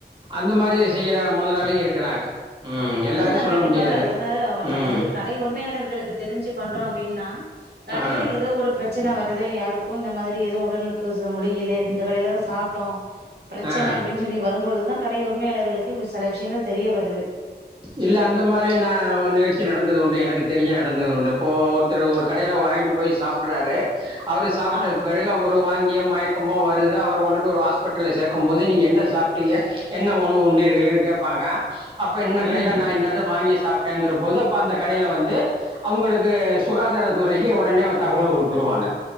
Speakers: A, on the right; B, on the right.
A: அந்த மாதிரி
B: ஆ
A: செய்யிறா முதலாளியு இருக்கிறாங்க ம் எல்லாரையும்
B: அதுதா
A: சொல்ல
B: கண்டிப்பாக
A: முடியாது
B: அதாவது நம்ம
A: ம்
B: வந்து கடை உரிமையாளர்களுக்கு தெரிஞ்சு பண்ற் றோ அப்டின்னா கடையில
A: ஆ
B: ஏதோ ஒரு பிரச்சனை வ து யாருக்கு இந்த மாதிரி எதுவு உடல்க்கு முடியல இந்த கடையில தா சாப்ட்டோ பிரச்சன
A: ஆ
B: அப்படின்னு சொல்லி வரும்பொழுதுதா கடை உரிமையாளர்களுக்கு சில விஷயங்கள் தெரிய வருது
A: இல்ல அந்த மாதிரி நா ஒரு நிகழ்ச்சி நடந்தது உண்டு எனக்கு தெரிஞ்ச நடந்ததுண்டு இப்போ ஒருத்தர் ஒரு கடையில வாங்கிட்டு போய் சாப்ட்டு ராரு அவரு சாப்பிட்ட
B: ஆ
A: பிறகு ஒரு வாந்தியம் மயக்கமோ வருது அவர் கொண்டு போய் ஒரு ஹாஸ்பிட்டல்ல சேர்க்கும்போது நீங்க என்ன சாப்பிட்டீங்க என்ன உணவு உண்டீர்கள்ன்னு கேட்பாங்க என்ன கடையையில
B: ம்
A: நா என்னது வாங்கி சாப்பிட்டேங்கிற போது அப்ப அந்த கடையையில வந்து அவங்களுக்கு சுகாதாரத்துறைக்கு உடனேந்து தகவல் கொடுத்துருவாங்க